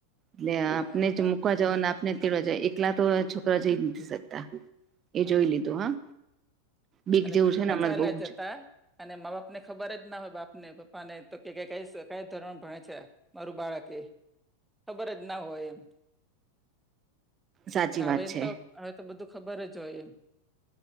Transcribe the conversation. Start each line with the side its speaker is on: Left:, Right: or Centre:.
Right: એટલે આપને
Centre: હા
Right: જ
Centre: તો-
Right: મુૂકવા જાવ આપને તીડવા જાવ એકલા તો છોકરા જઈ નથી શકતા. એ
Centre: હા
Right: જોઈ લીધું હા. બીક
Centre: અને
Right: જેવું
Centre: પ
Right: છે ને
Centre: <unintelligible>
Right: હમણાં
Centre: ચાલ્યા
Right: બહુ
Centre: જતા.
Right: જ
Centre: અને મા બાપ ને ખબર જ ના હોય બાપ ને પપ્પા ને તો કે ક ક કઈ ધોરણ ભણે છે. મારું બાળકે ખબર જ ના હોય એમ.
Right: સાચી
Centre: હવે
Right: વાત
Centre: એમ
Right: છે
Centre: તો હવે તો બધું ખબર જ હોય એમ.